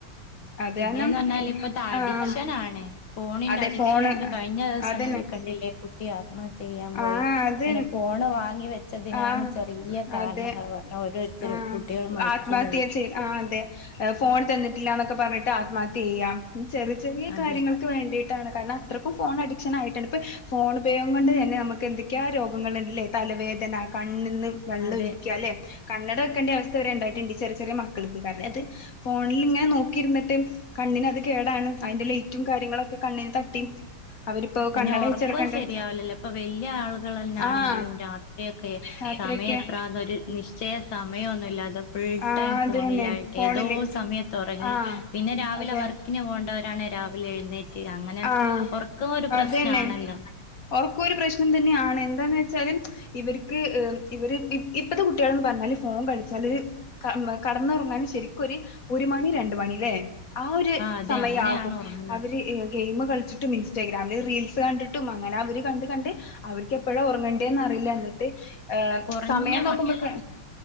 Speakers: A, on the left; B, on the left.
A: അത്
B: പിന്നെന്ന്
A: കാരണം
B: പറഞ്ഞാൽ ഇപ്പത്തെ അഡിക്ഷൻ
A: ആഹ്
B: ആണ് ഫോണിന്റെ
A: അതെ
B: അഡിക്ഷൻ
A: ഫോണ്
B: കൊണ്ട് കഴിഞ്ഞ ദിവസങ്ങളിൽ
A: അതന്നെ
B: കണ്ടില്ലേ കുട്ടി ആത്മഹത്യ യ്യാൻ പോയി
A: ആഹ് അത്
B: പിന്നെ ഫോണ് വാങ്ങി വ ച്ചതിനാണ്
A: ആഹ്
B: ചെറിയ കാരണങ്ങൾ
A: അതെ
B: പറഞ്ഞ ഓരോരുത്തരും
A: ആഹ്
B: കുട്ടികൾ മരിക്കുന്നത്
A: ആത്മഹത്യ ചെയ് ആഹ് അതെ ഫോൺ തന്നിട്ടില്ലന്നൊക്കെ പറഞ്ഞിട്ട് ആത്മഹത്യ ചെയ്യാം ചെറിയ ചെറിയ
B: അതെ
A: കാര്യങ്ങൾ ക്ക് വേണ്ടിട്ടാണ് കാരണം അത്രക്കും ഫോൺ അഡിക്ഷൻ ആയിട്ട് ഇപ്പൊ ഫോൺ ഉബയോഗം കൊണ്ട് തന്നെ നമുക്ക് എന്ത ക്ക രോഗങ്ങളുണ്ട്ല്ലേ തലവേദന കണ്ണ് ന്നു വെള്ളം
B: അതെ
A: ഒലിക്ക ലെ കണ്ണട വെക്കേണ്ട അവസ്ഥ വരെ ണ്ടായിട്ടുണ്ട് ചെറിയ ചെറിയ മക്കൾക്ക് കാരണം അത് ഫോണിൽ ങ്ങനെ നോക്കിയിരിന്നിട്ട് കണ്ണിനത് കേടാണ് അയിന്റെ ലൈറ്റും കാര്യങ്ങളൊക്കെ കണ്ണിന് തട്ടി അവരിപ്പോ
B: പിന്നെ
A: കണ്ണട
B: ഉറക്കം
A: വെച്ചെടുക്കണ്ടേ
B: ശരിയാവലല്ലോ ഇപ്പൊ വെല്ല്യ ആളുകൾ ന്നാണെങ്കിലും
A: ആഹ്
B: രാ ക്ക
A: യാത്രയൊക്കെ
B: സമയം എത്രാ ഒരു നിശ്ചയ സമയമൊന്നുല്ലാതെ ഫുൾ
A: ആ
B: ടൈം
A: അതന്നെ
B: ഫോണിലായിട്ട്
A: ഫോണില്
B: ഏതോ സമയത്ത് ഒറങ്ങി
A: ആ
B: പിന്നെ രാവിലെ
A: അതെ
B: വർ ക്കിന് പോകേണ്ടവരാണ് രാവിലെ എഴുന്നേറ്റ് അങ്ങനെ
A: ആ
B: ഒരു പ്രശ്നാണല്ലോ
A: അതന്നെ ഓർക് ഒരു പ്രശ്നം തന്നെയാണ് എന്താന്ന് വെച്ചാല് ഇവർക്ക് ഹെ ഇവര് ഇ ഇപ്പത്തെ കുട്ടികളന്ന് പറഞ്ഞാല് ഫോൺ കളിച്ചാല് ക കടന്നുറങ്ങാനും ശരിക്കും ഒരു ഒരു മണി രണ്ടു മണി ല്ലേ ആഹ് ഒരു
B: അതെ
A: സമയകും
B: അങ്ങനെയാണ് ഉറങ്ങുന്നത്
A: അവര് ഹെ ഗെയിം കളിച്ചിട്ടും ഇൻസ്റ്റാഗ്രാമിൽ റീൽസ് കണ്ടിട്ടും അങ്ങനെ അവർ കണ്ട് കണ്ട് അവർക്ക് എപ്പഴാ ഒറങ്ങേണ്ടേന്ന് അറിയില്ല ന്നിട്ട് ഏ
B: കുറഞ്ഞ
A: സമയം നോക്കുമ്പോക്ക്